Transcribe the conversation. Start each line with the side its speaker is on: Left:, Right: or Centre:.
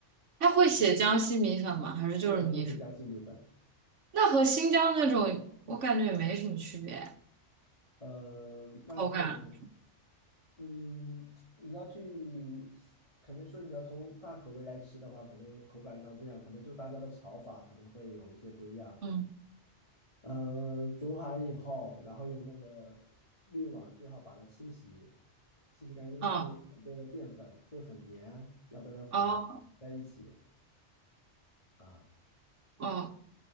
Right: 它会写江西米粉吗？还是就是米粉？
Left: 对，会写江西米粉。
Right: 那和新疆那种我感觉也没什么区别，
Left: 呃，那对，
Right: 口感。
Left: 可嗯，你要去，可能说你要从大口味来吃的话，可能口感上不一样，可能就大家的炒法可能会有一些不一样。
Right: 嗯。
Left: 嗯，呃煮好以后，然后用那个滤网最好把它清洗，清洗干净，因为上面有很多的淀粉，
Right: 哦
Left: 会很粘，要不然粉在一起
Right: 哦
Left: 啊。
Right: 哦，